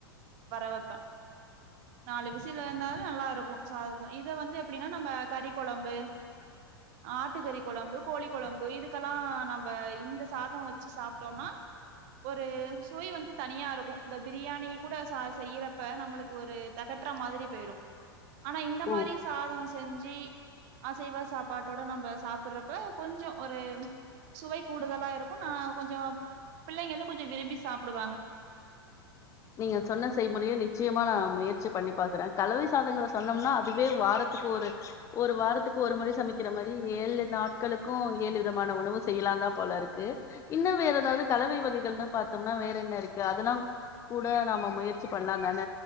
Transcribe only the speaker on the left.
ஓ
நீங்க சொன்ன செய்முறைய நிச்சியமா நா முயற்சி பண்ணி பாக்குறே கலவை சாதங்கள சொன்னோம்னா அதுவே வாரத்துக்கு ஒரு ஒரு வாரத்துக்கு ஒரு முறை சமைக்கிற மாரி ஏழு நாட்களுக்கு ஏழு விதமான உணவு செய்யலாதா போல இருக்கு இன்னு வேற எதாவ்து கலவை வகைகள்னு பாத்தோம்னா வேற என்ன இருக்கு அதெல்லா கூட நம்ம முயற்சி பண்லாதான